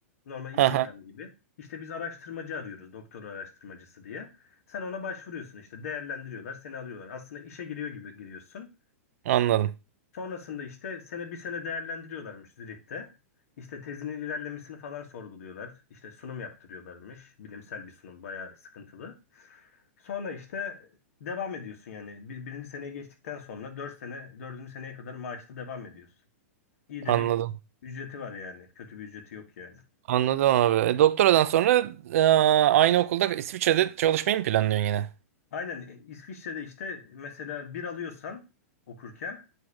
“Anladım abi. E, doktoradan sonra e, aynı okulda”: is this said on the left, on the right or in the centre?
Right